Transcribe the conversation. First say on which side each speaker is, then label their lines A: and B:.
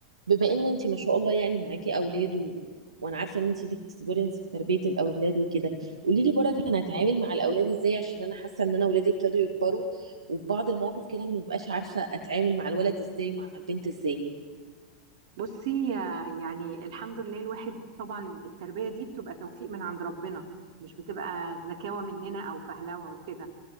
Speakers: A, on the right; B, on the right.
A: بما ان انت ما شاء الله يعني معاكي اولاد و... وانا عارفه ان انت ليك اكسبيرينس في تربيه الاولاد وكده قولي لي بركه انا هتعامل مع الاولاد ازاي عشان انا حاسه ان انا اولادي ابتدوا يكبروا وفي بعض المواقف كده ما ببقاش عارفه اتعامل مع الولد ازاي ومع البنت ازاي
B: بصي يا- يعني الحمد لله الواحد طبعا التربية دي بتبقى توفيق من عند ربنا مش بتبقى زكاوة مننا أو فهلوة وكده